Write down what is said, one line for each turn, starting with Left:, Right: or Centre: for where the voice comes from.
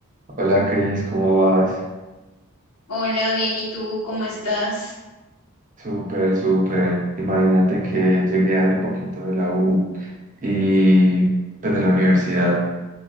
Right: Hola Cris, ¿cómo vas?
Left: Hola, bien, ¿y tú cómo estás?
Right: Súper, súper. Imagínate que llegué hace poquito de la U y pues de la universidad